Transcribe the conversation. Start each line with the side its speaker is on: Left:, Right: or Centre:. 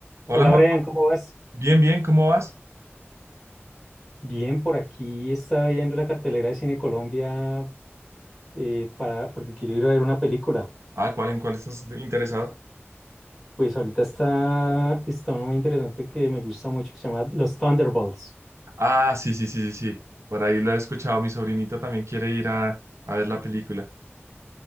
Right: Hola
Centre: Hola
Right: Juan,
Centre: Brian, ¿cómo vas?
Right: bien, bien, ¿cómo vas?
Centre: Bien, por aquí estaba viendo la cartelera de Cine Colombia eh, para, porque quiero ir a ver una película.
Right: Ah, ¿cuál en cuál estás interesado?
Centre: Pues ahorita está, está una muy interesante que me gusta mucho que se llama Los Thunderbolts.
Right: Ah, sí, sí, sí, sí, sí. Por ahí lo he escuchado. Mi sobrinita también quiere ir a, a ver la película.